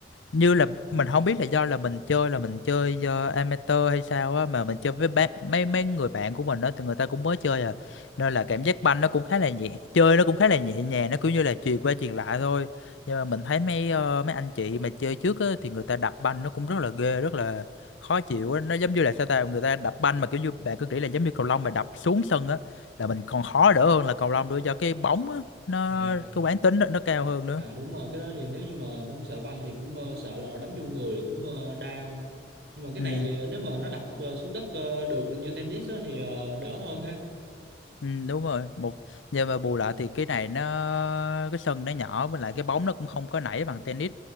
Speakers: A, on the left (about 90°); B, on the right (about 60°).
A: như là mình không biết là do là mình chơi là mình chơi do amateur hay sao á mà mình chơi với bạn mấy mấy người bạn của mình đó thì người ta cũng mới chơi à nên là cảm giác banh nó cũng khá là nhẹ chơi nó cũng khá là nhẹ nhàng nó cũng như là chuyền qua chuyền lại thôi nhưng mà mình thấy mấy ờ, mấy anh chị mà chơi trước á thì người ta đập banh nó cũng rất là ghê rất là khó chịu á nó giống như là sao ta người ta đập banh mà kiểu như bạn cứ nghĩ là giống như cầu lông mà đập xuống sân á là mình còn khó đỡ hơn là cầu lông nữa do cái bóng á nó
B: à
A: cái quán tính nó, nó cao hơn nữa
B: à đúng rồi cái đó thì nếu như mà không sợ banh thì cũng ờ, sợ là nó đánh vô người thì cũng ờ, đau nhưng mà cái
A: ừ
B: này thì nếu mà nó đập ờ, xuống đất ờ, được như tennis á thì ờ, đỡ hơn ha
A: Ừ, đúng rồi một nhưng mà bù lại thì cái này nó cái sân nó nhỏ với lại cái bóng nó cũng không có nảy bằng tennis